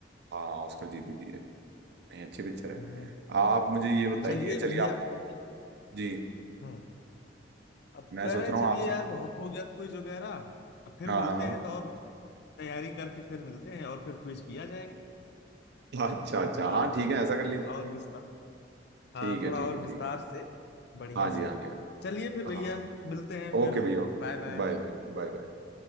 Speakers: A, on the right; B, on the left.
A: हाँ ऑस्कर जीती थी ये नहीं अच्छी पिक्चर है
B: हम्म
A: आप मुझे ये बताइए
B: चलिए
A: चलिए
B: भैया
A: आप जी
B: हम्म अब
A: मैं
B: कह
A: सोच
B: रहे हैं
A: रहा
B: चलिए
A: हूँ आपसे
B: यार बहुत हो गया क्विज वगैरह अब फिर
A: हाँ
B: मिलते हैं तो और तैयारी करके फिर मिलते हैं और फिर क्विज किया जाए
A: हाँ अच्छा अच्छा
B: थोड़ा
A: हाँ ठीक है ऐसा कर लीजिए
B: और विस्तार
A: ठीक
B: हाँ
A: है
B: थोड़ा
A: ठीक
B: और
A: है ठीक
B: विस्तार से
A: है
B: बढ़िया
A: हाँ
B: से
A: जी हाँ जी
B: चलिए
A: हाँ
B: फिर भैया
A: हाँ,
B: मिलते हैं फिर
A: ओके भैया
B: Bye bye
A: Bye bye bye bye